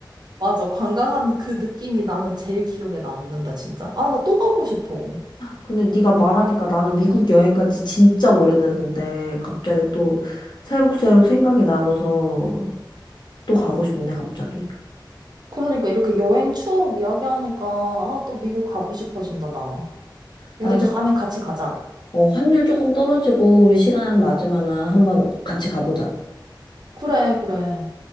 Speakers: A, on the right; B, on the left.
A: 맞아. 관광한 그 느낌이 나는 제일 기억에 남는다, 진짜. 아, 나 또 가고 싶어.
B: 근데 네가 말하니까 나는 미국 여행 간지 진짜 오래됐는데 갑자기 또 새록새록 생각이 나면서 또 가고 싶네 갑자기.
A: 그러니까 이렇게 여행 추억 이야기하니까 아, 또 미국 가고 싶어진다, 나.
B: 나중에
A: 우리 다음에 같이 가자.
B: 어, 환율 조금 떨어지고 우리 시간 맞으면은 한번 같이 가보자.
A: 그래, 그래.